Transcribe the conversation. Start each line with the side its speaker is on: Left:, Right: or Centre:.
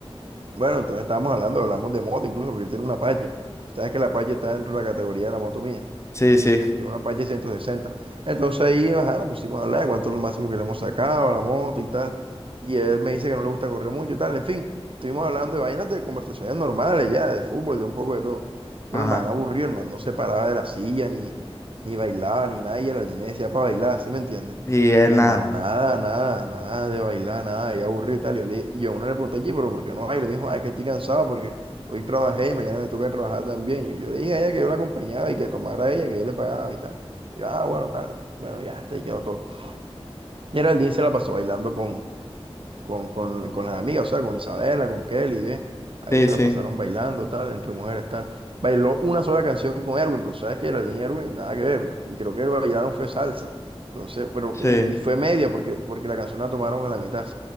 Right: Bueno, entonces estábamos hablando, hablamos de moto incluso, porque él tiene una Apache. Sabes que la Apache está dentro de la categoría de la moto mía.
Left: Sí, sí.
Right: Tiene una Apache ciento sesenta Entonces ahí, ajá, nos pusimos a hablar de cuánto es lo máximo que le hemos sacado a la moto y tal. Y él me dice que no le gusta correr mucho y tal. En fin, estuvimos hablando de vainas de conversaciones normales ya, de fútbol, de un poco de todo. Pero
Left: Ajá.
Right: el man aburrido, el man no se paraba de la silla, ni, ni bailaba, ni nada. Y el jardín le decía para bailar, ¿sí me entiendes?
Left: Y él
Right: Y el
Left: nada.
Right: man, nada, nada, nada de bailar, nada, y aburrido y tal. Y yo, le, y yo a uno le pregunté, "Oye, pero ¿por qué no baila? Y me dijo, ah, es que estoy cansado porque Hoy trabajé y mañana me toca trabajar también. Y yo le dije a ella que yo la acompañaba y que tomara ella, que yo le pagaba y tal. Y yo, ah, bueno, tal. Bueno, ya, hasta ahí quedó todo. Y Geraldine se la pasó bailando con, con, con, con las amigas, o sea, con Isabela, con Kelly, ¿ves? Ahí
Left: Sí,
Right: se
Left: sí.
Right: la pasaron bailando, tal, entre mujeres, tal. Bailó una sola canción con Erwin, pero tú sabes que Geraldine y Erwin, nada que ver. Y creo que bailaron fue salsa. Entonces, pero,
Left: Sí.
Right: y, y fue media porque, porque la canción la tomaron a la mitad.